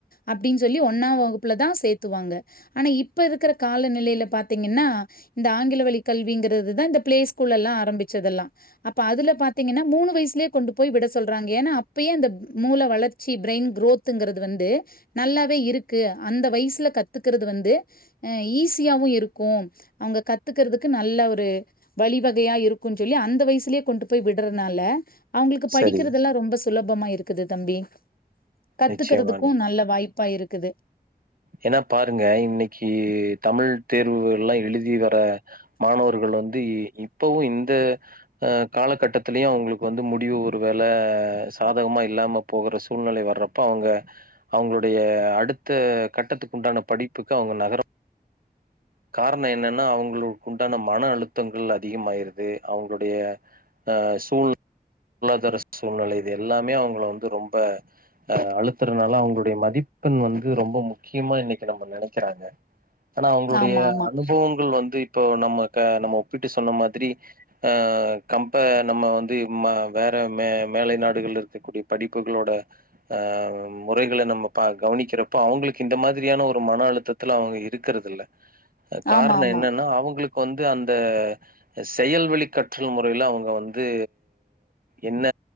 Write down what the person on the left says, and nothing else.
அப்டின் சொல்லி ஒன்னா வகுப்புல தா சேத்துவாங்க ஆனா இப்ப இருக்குற காலநிலைல பாத்தீங்கனா இந்த ஆங்கில வழி கல்விங்கிறதுதா இந்த ப்ளே ஸ்கூல்லெல்லா ஆரம்பிச்சதெல்லா அப்ப அதுல பாத்தீங்கனா மூணு வயசுலே கொண்டு போய் விட சொல்றாங்க ஏனா அப்பயே அந்த ம் மூல வளர்ச்சி ப்ரெயின் க்ரோத்துங்கிறது வந்து நல்லாவே இருக்கு அந்த வயசுல கத் துக்கறது வந்து அஹ் ஈஸியாவு இருக்கு அவ்ங்க கத்துக்கறதுக்கு நல்ல ஒரு வழிவகையா இருக்குன் சொல்லி அந்த வயசுலே கொண்டு போய் விட்றதுனால அவ்ங்களுக்கு படிக்கிறதுலா
ரொம்ப சு சுலபமா இருக்குது தம்பி கத்துக்கறதுக்கு
நல்ல வாய்ப்பா இருக்குது
ஆமா ஆமா
ஆமா ஆமா